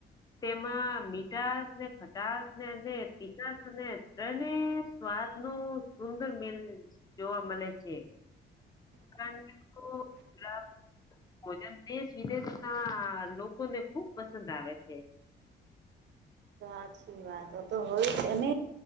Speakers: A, on the left (about 20°); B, on the right (about 60°).
A: તેમાં મીઠશ ને ખટાસ ને અને પીઠાસ ને અને સ્વાદ નો સુંદર મેિલ જોવા મળે છે <inaudible> ભોજન દેશ વિદેશ ના લોકોને ખુબ પસંદ આવે છે
B: સાચી વાત હોય અને